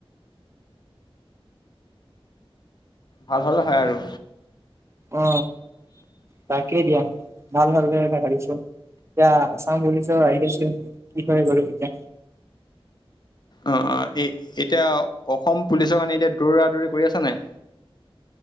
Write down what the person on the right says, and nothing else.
অ তাকেই দিয়া। ভাল ভালকে এটা ভাবিছো। দিয়া। অ বুলিছ আহি আছে। কি ভয় কৰে তেতিয়া।